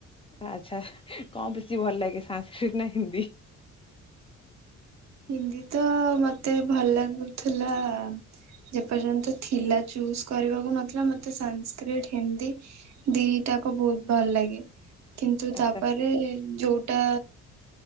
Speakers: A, on the left (about 20°); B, on the right (about 65°).
A: ଆଚ୍ଛା କଁ ବେଶୀ ଭଲ ଲାଗେ ସାଂସ୍କ୍ରିଟ ନା ହିନ୍ଦୀ?
B: ହିନ୍ଦୀ ତ ମତେ ଭଲ ଲାଗୁଥିଲା ଯେ ପର୍ଯ୍ୟନ୍ତ ଥିଲା ଚୁଜ୍ କରିବାକୁ ନଥିଲା ମତେ ସାଂସ୍କ୍ରିଟ୍, ହିନ୍ଦୀ ଦିଟା କ ବହୁତ ଭଲ ଲା ଗେ। କିନ୍ତୁ
A: ଆଚ୍ଛା
B: ତାପରେ ଯୋଉଟା